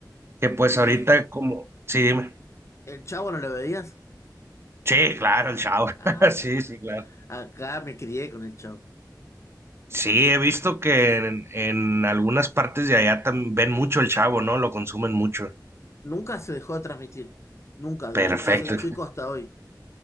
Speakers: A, on the right; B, on the left.
A: Que pues
B: ¿Y
A: ahorita como, sí, dime.
B: el Chavo no lo veías?
A: Sí, claro, el shower.
B: Ah,
A: <laughs> Sí, sí, claro.
B: acá me crié con el Chavo.
A: Sí, he visto que en, en algunas partes de allá también ven mucho el chavo, ¿no? Lo consumen mucho.
B: Nunca se dejó de transmitir. Nunca, desde
A: Perfecto.
B: que yo soy chico hasta hoy.